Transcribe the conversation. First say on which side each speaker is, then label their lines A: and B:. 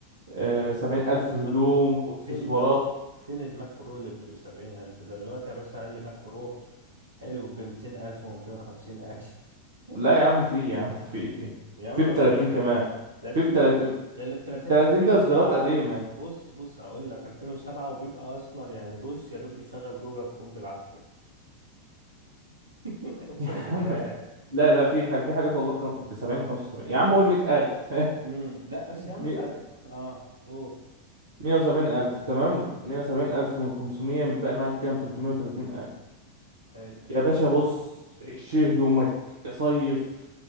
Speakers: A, on the right; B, on the right.
A: آه، سبعين ألف هدوم
B: ماك
A: واكسسوارات
B: فين في فين الماك برو اللي ب 70000 ده دلوقتي يا باشا أقل ماك برو حلو ب 200000 و 250000 <laughs>
A: لا يا عم في يا عم <laughs> في في
B: يا عم
A: في
B: ما
A: بتلاتين
B: فيش
A: كمان
B: ده تل-
A: في بتلاتين
B: ده اللي ب 30
A: تلاتين
B: ده 2007
A: ده إصدارات قديمة
B: وبص بص بص هقول لك 2007 وبيبقى أصلا يعني بص يا دوب بيشغل جوجل كروم بالعافية <laughs>
A: <laughs>
B: اقسم
A: يا عم
B: بالله
A: لا لا في ح- في حاجات والله بخم... بسبعين وخمسة وسبعين يا عم قول مية ألف <laughs>
B: امم لا بس يا عم
A: مي-
B: تاتا اه اوه
A: مية وسبعين ألف تمام مية وسبعين ألف من خمسمية متبقي معاك كام تلتمية وتلاتين ألف
B: حلو
A: يا باشا بص شيل هدومك صيف